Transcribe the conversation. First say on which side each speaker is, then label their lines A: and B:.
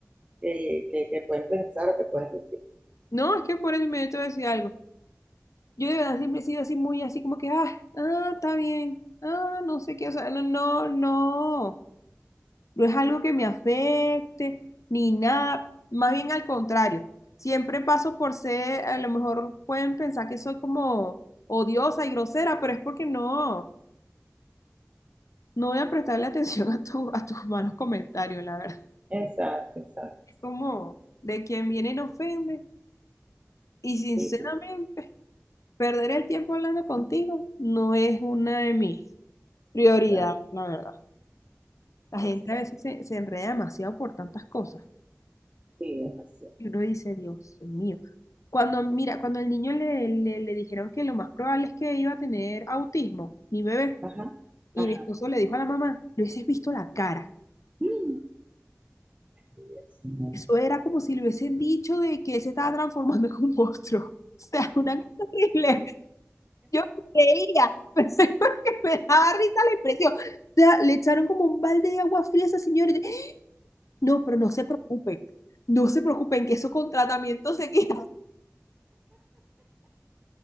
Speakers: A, on the right; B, on the left.
A: que, que, que pueden pensar o que pueden decir.
B: No, es que por eso me te voy a decir algo. Yo de verdad siempre he sido así muy así como que, ah, ah, está bien, ah, no sé qué, o sea, no, no, no, no es algo que me afecte ni nada, más bien al contrario, siempre paso por ser, a lo mejor pueden pensar que soy como odiosa y grosera, pero es porque no, no voy a prestarle <laughs> atención a tu, a tus malos comentarios, la verdad.
A: Exacto, exacto.
B: Es como, de quien viene no ofende y sinceramente,
A: Sí, sí,
B: perder el tiempo hablando contigo no es una de mis Prioridad,
A: exacto,
B: la verdad. La gente
A: exacto.
B: a veces se, se enreda demasiado por tantas cosas.
A: Sí, es así.
B: Y uno dice, Dios mío. Cuando, mira, cuando el niño le, le, le dijeron que lo más probable es que iba a tener autismo, mi bebé,
A: Ajá,
B: y
A: ajá.
B: mi esposo le dijo a la mamá, le hubieses visto la cara.
A: Mm, Dios mío.
B: Eso era como si le hubiesen dicho de que él se estaba transformando <laughs> en un monstruo. O sea, una cosa horrible. Yo creía, <laughs> pensé porque me daba risa la impresión. O sea, le echaron como un balde de agua fría a esa señora. No, pero no se preocupen, no se preocupen que eso con tratamiento se quita. <laughs>